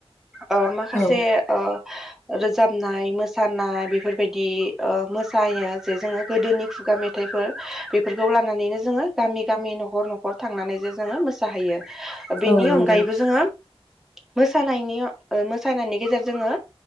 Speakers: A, in the centre; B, on the left.
A: ओ माखासे
B: औ
A: ओ रोजाबनाय मोसानाय बेफोरबायदि ओ मोसायो जे जोङो गोदोनि खुगा मे थायफोर बेफोरखौ लानानैनो जोङो गामि गामि न'खर न'खर थांनानै जे जोङो मोसाहैयो। बेनि
B: औ नंगौ
A: अनगायैबो जोङो मोसानायनि ओ मोसानायनि गेजेरजोंङो